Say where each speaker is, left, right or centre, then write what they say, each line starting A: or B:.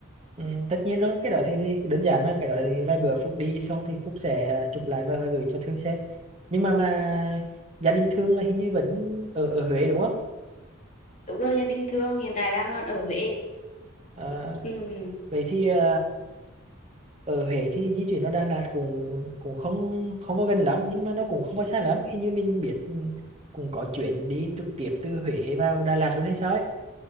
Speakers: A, on the right; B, on the left.
A: Ừ, tất nhiên rồi cái đó thì, thì đơn giản mà cái đó thì vài bữa Phúc đi xong thì Phúc sẽ chụp lại và, và gửi cho Thương xem nhưng mà mà gia đình Thương là hình như vẫn ở ở Huế đúng không
B: đúng rồi gia đình Thương hiện tại đang còn ở Huế
A: Ờ,
B: ừ.
A: vậy thì ờ, ở Huế thì di chuyển nó Đà Lạt cũng cũng không không có gần lắm nhưng mà nó cũng không có xa lắm hình như mình biết ừ, cũng có chuyến đi trực tiếp từ Huế vào Đà Lạt luôn hay sao ấy